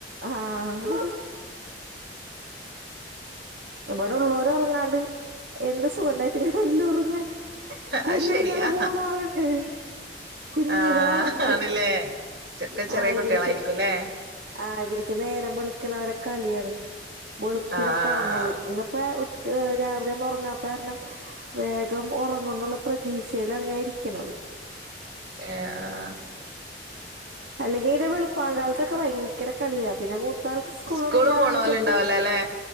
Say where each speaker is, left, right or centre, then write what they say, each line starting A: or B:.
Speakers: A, on the right (about 80°); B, on the right (about 70°).
A: ആഹ് ഇബടൊള്ളോരൊറങ്ങാണ്ട് എന്ത് സുഖണ്ടായിറ്റും കര്യില്ല ഒ ങ്ങാൻ കുഞ്ഞുങ്ങൾ
B: അത് ശരിയാ
A: മൂന്നാളുണ്ട് കുഞ്ഞികളളൊക്കെ
B: ആഹ് ആണല്ലേ ചെക്ക ചെറിയ
A: ആഹ് ഇവര്ക്ക്
B: കുട്ടികളായിരിക്കുംല്ലേ
A: ആഹ് ഇവര്ക്ക് നേരം വെള്ക്കണവരെ കളിയാണ്- വെളുപ്പിനൊക്കെ
B: ആഹ്
A: ഒറങ്ങുള്ളൂ എന്ന ഇപ്പ ഉച്ച രാവിലെ ഒന്നും ഒറങ്ങാത്ത കാരണം വേഗം ഒറങ്ങ് ന്നുള്ള പ്രതീക്ഷയിലാണ് ഞാനിരി ക്കിണത്.
B: ഏഹ് ആഹ്
A: അല്ലെങ്കിൽ ഇനി വളുപ്പകാലത്തെക്ക് ഭയ്ങ്കര കളിയാ പിന്നെ മൂത്താൾക്ക് സ്കൂളൊടങ്ങിയൾ
B: സ്കൂള് പോണോല്
A: ചില്പ്പോ
B: ഉണ്ടാവൂലല്ലേ